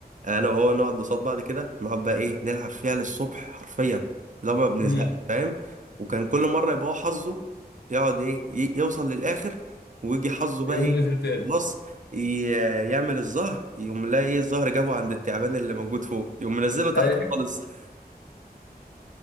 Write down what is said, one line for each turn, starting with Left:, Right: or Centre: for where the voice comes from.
Right: انا وهو نقعد قصاد بعض كده نقعد بقى ايه نلعب فيها للصبح حرفيا لو ما بنزهقش
Left: امم
Right: فاهم وكان كل مره يبقى هو حظه يقعد ايه ي- يوصل للاخر ويجي حظه بقى
Left: يقوم
Right: ايه
Left: نزل تاني
Right: خلاص ي- يعمل الزهر يقوم لا ايه الزهر جابه عند التعبان اللي موجود فوق يقوم منزله تحت
Left: اي
Right: خالص <laughs>